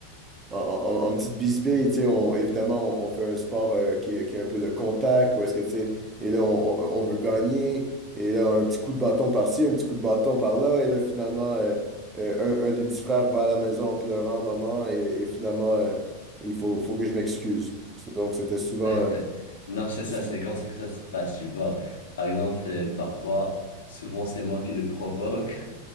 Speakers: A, on the right (about 15°); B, on the left (about 65°).
A: en, en- en petite bisbille, tu sais, on, évidemment, on, on fait un sport euh, qui, est- qui a un peu de contact, ou est-ce que, tu sais, et là, on, on- on veut gagner, et là, un petit coup de bâton par-ci, un petit coup de bâton par-là, et là, finalement, euh, euh, un, un des petits frères va à la maison en pleurant, maman, et, et finalement, euh, il faut, faut que je m'excuse. Donc, c'était souvent...
B: <laughs>
A: euh,
B: Non, c'est ça,
A: <laughs>
B: c'est comme ça que ça se passe, tu vois. Par exemple, euh, parfois, souvent c'est moi qui le provoque. <laughs>